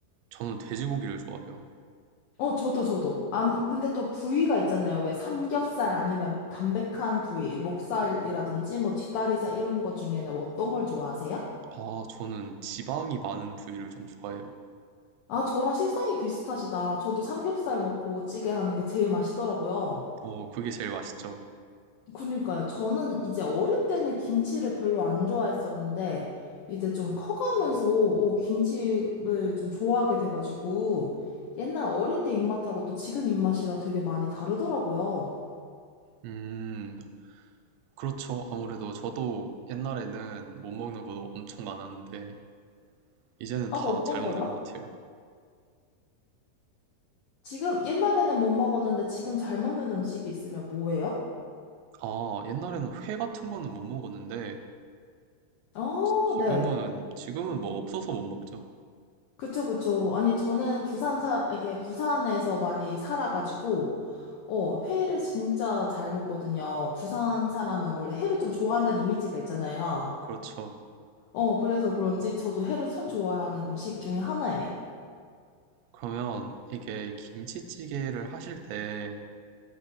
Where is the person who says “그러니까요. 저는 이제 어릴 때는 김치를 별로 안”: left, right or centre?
Left